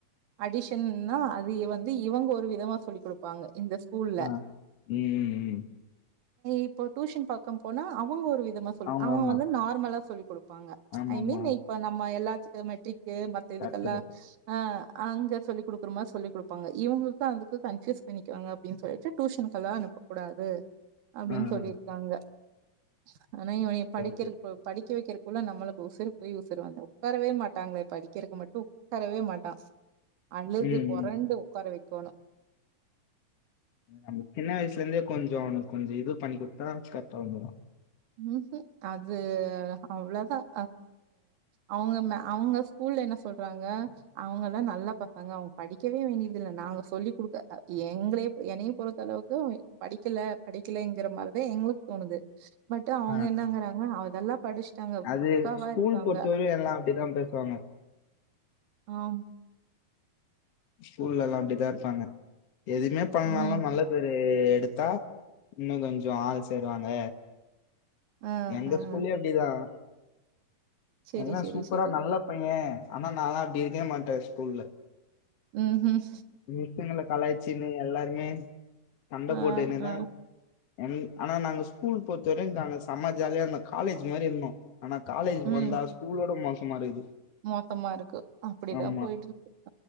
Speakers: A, on the right; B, on the left.
A: அடிஷன்ன்னா அது வந்து இவங்க ஒரு விதமா சொல்லி் கொடுப்பாங்க இந்த ஸ்கூல்ல.
B: ஆஹ் உம் உம்
A: இப்போ ட்டியூஷன் பாக்க போனா அவங்க ஒரு விதி சுத்தமா சொல்லி
B: அவங்க
A: அவன்
B: ஆமா
A: வந்து நார்மலா சொல்லிக் கொடுப்பாங்க
B: ஆமாமா
A: மெயின்ல இருப்பாங்க எல்லாத்துக்கும் மெட்ரிக் மத்த இதுக்கெல்ல
B: கரெக்ட் கரெக்ட்
A: அஹ் அங்க சொல்லி கொடுக்குரோம்மா சொல்லி கொடுப்பாங்க இவங்களுக்கும் அதுக்கும் கன்ஃப்யூஸ் பண்ணிக்குவாங்க அப்படின்னு சொல்லிட்டு டியூஷனுக் எல்லாம் அனுப்ப கூடாது அப்படின்னு
B: ஆ ஆ
A: சொல்லிருக்காங்க <inaudible> ஆனா இவன படிக்கிற
B: ஓகே
A: படிக்க வைக்க ள்ள நம்மளு உஊசர் போய் உஊசர் வந்த உட்காரவே மாட்டாங்களே படிக்கிறதுக்கு மட்டும் உட்காரவே மாட்டான் அழுது
B: ம்
A: புரண்டு
B: ம்
A: உட்கார வை தோண
B: நம்ம சின்ன வயசுல இருந்தே கொஞ்சம் அவனுக்கு கொஞ்சம் இது பண்ணி கொடுத்தா கரெக்டா வந்துருவான்
A: ம் உம் அது அவ்வளவுதான் அவங்க அவங்க ஸ்கூல்ல என்ன சொல்றாங்க அவங்க எல்லாம் நல்லா பசங்க அவங்க படிக்கவே வேண்டியது இல்ல நாங்க சொல்லி் கொடுக்க எங்களே என்னைய பொறுத்த அளவுக்கு படிக்கல படிக்கலங்கிற மாதிரிதான் எங்களுக்கு தோணுது பட் அவங்க
B: ஆ
A: என்னங்கறாங்க <inaudible>
B: அது
A: பக்காவா
B: ஸ்கூல்
A: இருக்காங்க
B: பொறுத்தவரையும் எல்லாம் அப்படிதான் பேசுவாங்க
A: ஆம்
B: ஸ்கூல்ல எல்லாம் அப்படிதான் இருப்பாங்க எதுவுமே பண்ணனாலும்
A: ம்.
B: நல்ல பேரு எடுத்தா இன்னும் கொஞ்சம் ஆள் சேருவாங்க
A: அ,
B: எங்க
A: அ.
B: ஸ்கூல்லயே அப்படிதான்
A: சரி,
B: எல்லாம்
A: சரி,
B: சூப்பரா
A: சரி.
B: நல்ல பையன் ஆனா நலாம் அப்படி இருக்கவே மாட்டேன் ஸ்கூல்ல
A: உம் உம்
B: மிஸ்ங்கல கலாச்சின்னு எல்லாருமே சண்டை
A: ஆ,
B: போட்னே தான்
A: ஆ.
B: <unintelligible> ஆனா நாங்க ஸ்கூல் பொறுத்த வரையும் நாங்க சமாஜாலியா இருந்தோ காலேஜ் மாரி இருந்தோ ஆனா காலேஜ்
A: ம்.
B: வந்தா ஸ்கூலோட மோசமா இருக்குது
A: மோசமா இருக்கு. அப்டிதான்
B: ஆமா
A: போயிட்டு இருக்கு.